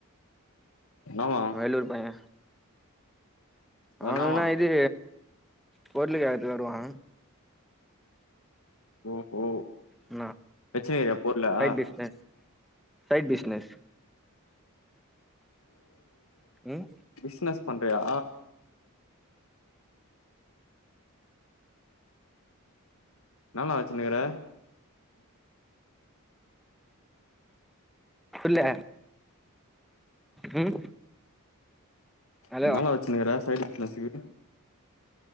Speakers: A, on the left; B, in the centre.
A: என்னவா
B: வேலூர் பையே அவுனுக்கு
A: என்னாவா
B: என்னா இது பொருளு கேக்கறதுக்கு வருவா
A: ஓஹோ
B: என்னா
A: வெச்சினு இருக்ரிய பொர்ளா
B: சைட் பிஸ்னஸ் சைட் பிஸ்னஸ் ம்
A: பிஸ்னஸ் பண்றியா என்னான்னா வச்சுனுக்ற
B: புர்ல ம் ஹலோ
A: என்னான்னா வச்சுனுக்ற சைடு பிஸ்னஸ்க்கு